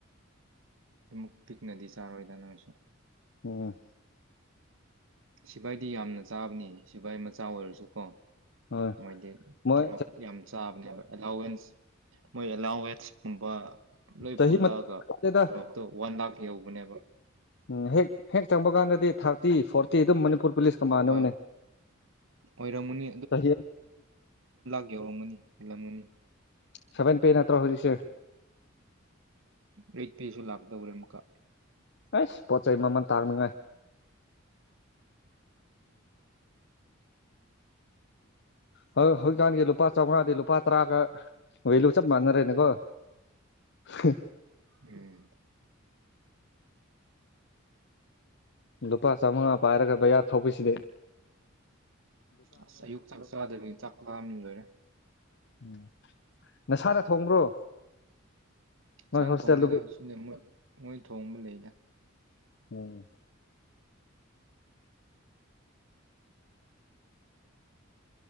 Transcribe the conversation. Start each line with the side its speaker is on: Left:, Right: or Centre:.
Right: ꯑꯗꯨꯛ ꯄꯤꯛꯅꯗꯤ ꯆꯥꯔꯣꯏꯗ ꯅꯪꯁꯨ
Left: ꯎꯝ
Right: ꯁꯤꯐꯥꯏꯗꯤ ꯌꯥꯝꯅ ꯆꯥꯕꯅꯤ ꯁꯤꯐꯥꯏ ꯃꯆꯥ ꯑꯣꯏꯔꯁꯨ ꯀꯣ
Left: ꯍꯣꯏ
Right: ꯃꯣꯏꯗꯤ
Left: ꯃꯣꯏ
Right: ꯇꯣꯂꯣꯞ ꯌꯥꯝ ꯆꯥꯕꯅꯦꯕ ꯑꯦꯂꯥꯎꯋꯦꯟꯁ <inaudible> ꯃꯣꯏ ꯑꯦꯂꯥꯎꯋꯦꯟꯁꯀꯨꯝꯕ ꯂꯣꯏ
Left: ꯆꯍꯤ
Right: ꯄꯨꯜꯂꯛꯑꯒ
Left: ꯃꯇꯨꯡꯗ
Right: ꯊꯕꯛꯇꯣ ꯋꯥꯟ ꯂꯥꯛꯈ ꯌꯧꯕꯅꯦꯕ
Left: ꯎꯝ ꯍꯦꯛ ꯍꯦꯛ ꯆꯪꯕ ꯀꯥꯟꯗ ꯊꯥꯔꯇꯤ ꯐꯣꯔꯇꯤ ꯑꯗꯨꯝ ꯃꯅꯤꯄꯨꯔ ꯄꯨꯂꯤꯁ ꯀ ꯃꯥꯟꯅꯕꯅꯦ
Right: ꯍꯣꯏ ꯑꯣꯏꯔꯝꯒꯅꯤ
Left: ꯆꯍꯤ
Right: ꯌꯎꯔꯝꯃꯅꯤ ꯍꯦꯜꯂꯂꯝ ꯃꯅꯤ
Left: ꯁꯕꯦꯟ ꯄꯦ ꯄꯠꯇ꯭ꯔꯖꯤꯁꯦ <unintelligible>
Right: ꯑꯩꯇ ꯄꯦꯁꯨ ꯂꯥꯛꯇꯧꯔꯦ ꯑꯃꯨꯛꯀ
Left: ꯑꯁ ꯄꯣꯠ ꯆꯩꯩ ꯃꯃꯜ ꯇꯥꯡꯅꯉꯥꯏ ꯍ ꯍꯧꯖꯤꯛꯀꯥꯟꯒꯤ ꯂꯨꯄꯥ ꯆꯥꯝꯃꯉꯥꯗꯤ ꯂꯨꯄꯥ ꯇꯔꯥꯒ ꯍꯣꯢ ꯆꯞ ꯃꯥꯟꯅꯔꯦꯅꯦ ꯀꯣ ꯍꯦ
Right: ꯎꯝ
Left: ꯂꯨꯄꯥ ꯆꯥꯃꯉꯥ ꯄꯥꯏꯔꯒ ꯕꯌꯥꯥꯔ ꯊꯣꯛꯄꯤꯁꯤꯗꯤ
Right: ꯑꯁ ꯑꯌꯨꯛ ꯆꯥꯛꯂ ꯆꯗꯕꯩ ꯆꯥꯛ ꯂꯥꯝ ꯂꯣꯏꯔꯦ
Left: ꯎꯝ ꯅꯁꯥꯅ ꯊꯣꯡꯕ꯭ꯔꯣ
Right: ꯏꯁꯥꯟꯅ
Left: ꯅꯣꯏ ꯍꯣꯁꯇꯦꯜꯗꯨꯕꯨ
Right: ꯊꯣꯡꯗꯧꯗ ꯁꯤꯗ ꯃꯣꯢ ꯃꯣꯏ ꯊꯣꯡꯕ ꯂꯩꯗ
Left: ꯎꯝ
Right: ꯎ <inaudible>